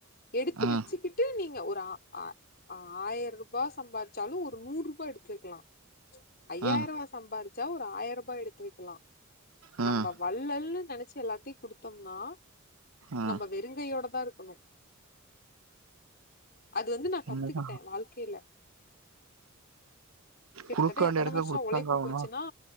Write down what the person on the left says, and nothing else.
எடுத்து
வச்சுக்கிட்டு நீங்க ஒரு ஆ ஆ ஆயிரோ ரூபா சம்பாதி ச்சாலு ஒரு நூறு ரூபா எடுத்து வக்கலா ஐயாயிரவா
சம்பாரிச்சா ஒரு ஆயிரபா எடுத்து வக்கலா
நம்ப வள்ளல்ன்னு நெனைச்சு எல்லாத்தையு குடுத்தோம்னா
நம்ப வெருங்கையோட தா இருக்கணு அது வந்து நா கத்துக்கிட்டே
வாழ்க்கையில கிட்டத்தட்ட
எத்தனை
வருஷம்
உழைப்பு
போச்சுன்னா